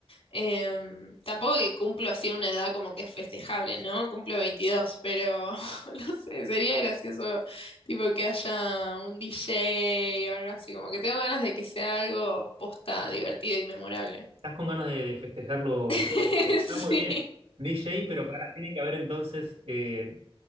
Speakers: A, on the left (about 80°); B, on the right (about 80°).
A: Em, tampoco que cumplo así una edad como que es festejable, ¿no? Cumplo 22 pero <laughs> no sé, sería gracioso tipo que haya un DJ o algo así, como que tengo ganas de que sea algo posta, divertido y memorable.
B: estás con ganas de, de festejarlo.
A: <laughs>
B: bien, bien, Está
A: Sí.
B: muy bien. DJ, pero para tiene que haber entonces eh,